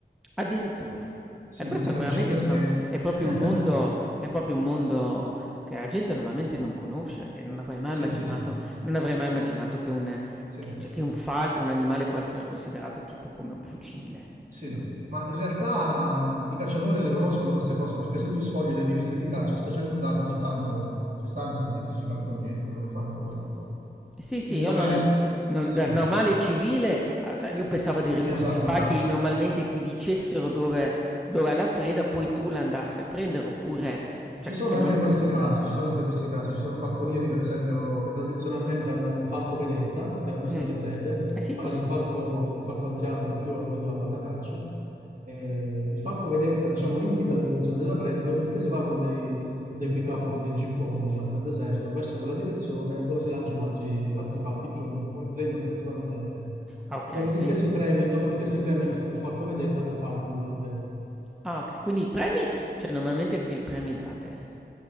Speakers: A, in the centre; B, on the right.
A: Addirittura.
B: Sì,
A: E questo
B: non si capisce
A: veramente
B: perché.
A: sono è proprio
B: <laughs>
A: un mondo è proprio un mondo che la gente normalmente non conosce, che non avrei mai
B: Sì,
A: immaginato
B: sì, sì,
A: non avrei mai immaginato che un
B: sì,
A: che cioè che un falco, un animale può essere considerato tipo come un fucile,
B: sì.
A: no?
B: Ma in realtà mh, i cacciatori le conoscono queste cose perché se tu sfogli le riviste di caccia specializzate, ogni tanto ci stanno i servizi sui falconieri, quello che fanno, quello che non fanno.
A: Sì, sì,
B: Quindi
A: io
B: magari...
A: non non
B: Sì,
A: da normale civile, a cioè io pensavo addirittura
B: sì, esatto,
A: che i falchi
B: esatto.
A: normalmente ti dicessero dove dov'è la preda, poi tu la andassi a prendere oppure cioè
B: Ci sono
A: che
B: anche
A: non
B: questi casi, ci sono anche questi casi, ci sono falconieri per esempio che tradizionalmente hanno un falco vedetta che avvista
A: mh.
B: le prede,
A: Eh sì
B: magari
A: fosse
B: un falco, un falco anziano che è più abituato alla caccia. E il falco vedetta diciamo indica la direzione della preda, dopodiché si va con dei, con dei pick-up, con dei gipponi diciamo nel deserto verso quella direzione dove si lanciano altri, altri falchi giovani che poi prendono effettivamente la preda.
A: ah okay,
B: E dopodiché
A: quin
B: si premia, dopodiché si premia il, fa- il falco vedetta con parte di quella preda.
A: ah okay, quindi i premi cioè normalmente che premi date?